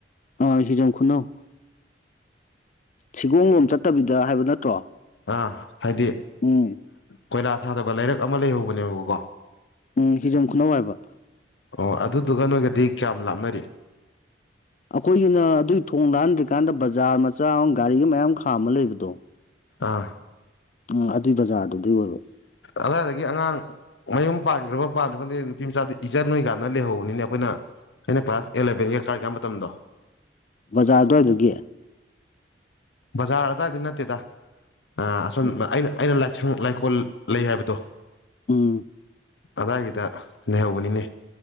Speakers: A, on the left (about 45°); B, on the left (about 80°).
A: ꯑꯥ ꯍꯤꯖꯝ ꯈꯨꯅꯧ ꯁꯤꯒꯣꯂꯣꯝ ꯆꯠꯇꯕꯤꯗ ꯍꯥꯏꯕ ꯅꯠꯇ꯭ꯔꯣ
B: ꯑꯥ ꯍꯥꯏꯗꯤ
A: ꯎꯝ
B: ꯀꯣꯏꯂꯥ ꯊꯥꯗꯕ ꯂꯩꯥꯏꯔꯛ ꯑꯃ ꯂꯩꯍꯧꯕꯅꯦꯕꯀꯣ
A: ꯎꯝ ꯍꯤꯖꯝ ꯈꯨꯅꯧ ꯍꯥꯏꯕ
B: ꯑꯣ ꯑꯗꯨꯗꯨꯒ ꯅꯣꯏꯒꯗꯤ ꯆ ꯂꯥꯞꯅꯔꯤ
A: ꯑꯩꯈꯣꯏꯒꯤꯅ ꯑꯗꯨꯒꯤ ꯊꯣꯡ ꯂꯥꯛꯍꯟꯗ꯭ꯔꯤꯀꯥꯟꯗ ꯕꯖꯥꯔ ꯃꯆꯥ ꯑꯃ ꯒꯥꯔꯤꯒ ꯃꯌꯥꯝ ꯈꯥꯝꯃ ꯂꯩꯕꯗꯣ
B: ꯑꯥ
A: ꯎꯝ ꯑꯗꯨꯏ ꯕꯖꯥꯔꯗꯨꯗꯤꯩ ꯑꯣꯏꯕ
B: ꯑꯗꯨꯋꯥꯏꯗꯒꯤ ꯑꯉꯥꯡ ꯃꯌꯨꯝ ꯄꯥꯟꯗ꯭ꯔꯕ ꯄꯥꯟꯗ꯭ꯔ ꯈꯥꯟꯗꯩ ꯅꯨꯄꯤ ꯃꯆꯥꯗꯤ ꯏꯆꯔ ꯅꯣꯏ ꯀꯥꯟꯗ ꯂꯩꯍꯧꯕꯅꯤꯅ ꯑꯩꯈꯣꯏꯅ ꯑꯩꯅ ꯀ꯭ꯂꯥꯁ ꯑꯦꯂꯚꯦꯟꯒꯤ ꯀꯥꯔꯒꯦꯕ ꯃꯇꯝꯗꯣ
A: ꯕꯖꯥꯔ ꯑꯗꯨꯋꯥꯏꯗꯒꯤ
B: ꯕꯖꯥꯔ ꯑꯗꯨꯗꯥꯋꯥꯏꯗꯤ ꯅꯠꯇꯦꯗ ꯑ ꯑꯁꯣꯝ
A: ꯎꯝ
B: ꯑꯩꯅ ꯑꯩꯅ ꯂꯥꯏ ꯌꯥ ꯁꯪ ꯂꯥꯏꯀꯣꯜ ꯂꯩ ꯍꯥꯏꯕꯗꯣ
A: ꯎꯝ
B: ꯑꯗꯥꯏꯒꯤꯗ ꯂꯩꯍꯧꯕꯅꯤꯅꯦ